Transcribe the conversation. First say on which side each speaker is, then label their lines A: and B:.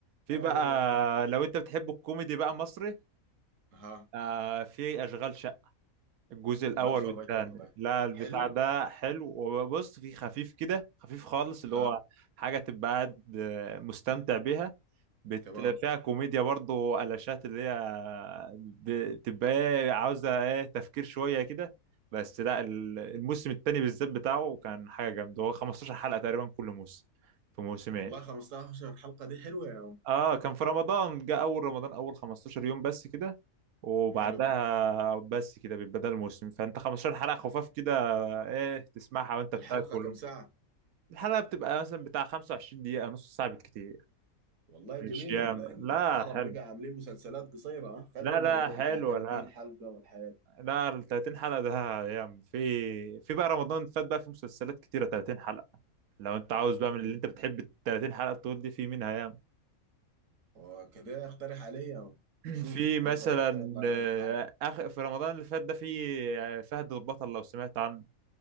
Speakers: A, on the right; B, on the right.
A: في
B: ايوه
A: بقى لو انت بتحب الكوميدي بقى مصري
B: ها
A: آه في أشغال الجزء الاول
B: ما اتفرجت
A: والثاني
B: والله
A: لا البتاع
B: حلو
A: ده حلو وبص فيه خفيف كده خفيف خالص
B: ها
A: اللي هو حاجه تبقى قاعد آه، مستمتع بيها بت...
B: تمام
A: فيها كوميديا برضه وقلاشات اللي هي بتبقى ايه عاوزه ايه تفكير شويه كده بس لا ال- الموسم الثاني بالذات بتاعه كان حاجه جامده هو 15 حلقه تقريبا كل موسم في موسمين
B: والله 15 حلقة دي حلوة يا عم
A: اه كان في رمضان جه اول رمضان اول 15 يوم بس كده وبعدها
B: حلو
A: بس كده بيبقى ده الموسم فانت 15 حلقة خفاف كده ايه تسمعها وانت بتاكل
B: الحلقة كم ساعة
A: الحلقة بتبقى مثلا بتاع 25 دقيقة نص ساعة بالكتير
B: والله
A: مش
B: جميل
A: ياما
B: ال- ال-
A: لا
B: العرب
A: حلو
B: بقى عاملين مسلسلات قصيرة ها خلوا
A: لا
B: الموضوع
A: لا حلو
B: بتاع 30
A: لا
B: حلقة والحياة دي.
A: لا ال 30 حلقة ده ياما في في بقى رمضان فات بقى في مسلسلات كتيرة 30 حلقة لو انت عاوز
B: مم.
A: بقى من اللي انت بتحب ال 30 حلقة طول دي في منها
B: وكده اقترح علي يا عم. شوف
A: في مثلا
B: انا طولت والله
A: آه،
B: من العرب
A: آخر في رمضان اللي فات ده في آه، فهد البطل لو سمعت عنه